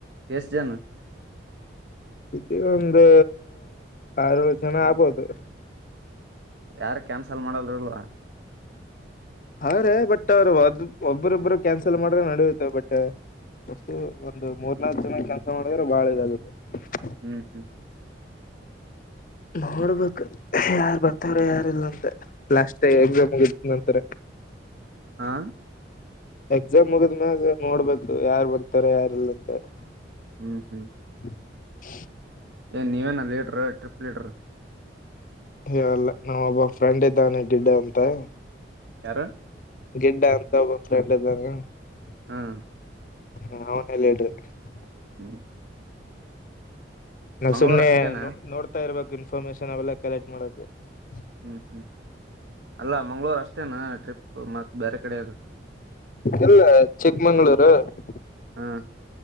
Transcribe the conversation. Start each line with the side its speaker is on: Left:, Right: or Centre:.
Right: ಎಸ್ಟು, ಜನ. <inaudible>
Left: ಇದ್ರೂ ಒಂದು ಅರವತ್ತು, ಜನ ಆಗಬಹುದು. <unintelligible>
Right: ಯಾರು, ಕ್ಯಾನ್ಸಲ್, ಮಾಡಲ್ಲ ಅಲ್ವಾ? <unintelligible>
Left: ಅವರೇ, ಬಟ್ ಅವ್ರರು ಒಬ್ಬ, ಒಬ್ಬರಿದ್ದರು ಕ್ಯಾನ್ಸಲ್, ಮಾಡ್ರೆ ನಡೆಯುತ್ತೆ ಬಟ್. <unintelligible> ಮೋಸ್ಟ್ಲಿ ಒಂದು ಮೂರು ನಾಲ್ಕು ಜನ ಕೆಲಸ ಮಾಡಿದ್ರೆ ಬಹಳ ಇದಾಗುತ್ತೆ. <unintelligible>
Right: ಹ್ಮ್, ಹ್ಮ್. <inaudible>
Left: ನೋಡ್ಬೇಕು, ಯಾರ್, ಬರುತ್ತಾರೆ, ಯಾರಿಲ್ಲ ಅಂತ ಲಾಸ್ಟ್. <unintelligible> ಮತ್ತೆ ಹೇಳಬೇಕು ಅಂತ ಇದು ಮಾಡ್ತಾರೆ. <unintelligible>
Right: ಹಾ. <inaudible>
Left: ಎಕ್ಸಾಮ್ ಮುಖದ ಮೇಲೆ ನೋಡಬೇಕು ಯಾರು ಬರ್ತಾರೆ ಇಲ್ಲ ಅಂತ? <unintelligible>
Right: ಹ್ಮ್, ಹ್ಮ್. <inaudible>
Left: <inaudible> <unintelligible>
Right: ಏನ್, ನೀವೇನ, ಲೀಡರ್, ಟ್ರಿಪ್ ಲೀಡರ್! <inaudible>
Left: ಇಲ್ಲ, ನಾವೊಬ್ಬ ಫ್ರೆಂಡ್ ಇದ್ದಾನೆ ಗಿಡ್ಡ ಅಂತ! <inaudible>
Right: ಯಾರು? <inaudible>
Left: ಗಿಡ್ಡ ಅಂತ ಒಬ್ಬ ಫ್ರೆಂಡ್ ಇದ್ದಾನೆ. <unintelligible>
Right: ಹ್ಮ್
Left: ಹಾ, ಅವನೇ, ಲೀಡರ್. <unintelligible>
Right: ಹ್ಮ್. <unintelligible>
Left: ನಾವು
Right: ಮಂಗ್ಳೂರ್
Left: ಸುಮ್ನೆ
Right: ಅಷ್ಟೇನಾ
Left: ನೋಡ್ತಾ ಇರ್ಬೇಕು ಇನ್ಫಾರ್ಮೇಶನ್, ಅವೆಲ್ಲಾ ಕಲೆಕ್ಟ್ ಮಾಡಬೇಕು. <unintelligible>
Right: ಹ್ಮ್, ಹ್ಮ್, ಅಲ್ಲ ಮಂಗಳೂರು, ಅಷ್ಟೇನಾ ಟ್ರಿಪ್ ಮತ್, ಬೇರೆ ಕಡೆ ಹೇಳು? <inaudible>
Left: ಇಲ್ಲ, ಚಿಕ್ಕಮಂಗಳೂರು. <unintelligible>
Right: ಹಾ. <inaudible>